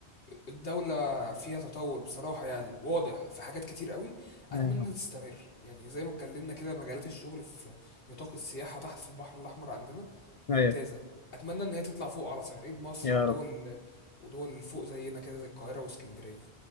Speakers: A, on the left; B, on the left.
A: الدولة فيها تطور بصراحة يعني واضح في حاجات كتير قوي اتمنى
B: ايوه
A: تستمر يعني زي ما اتكلمنا كده مجالات الشغل في نطاق السياحة تحت في البحر الاحمر عندنا ممتازة
B: ايوه ايوه
A: اتمنى ان هي تطلع فوق على صعيد مصر
B: يا
A: ودول
B: رب
A: ودول فوق زينا كده زي القاهرة واسكندرية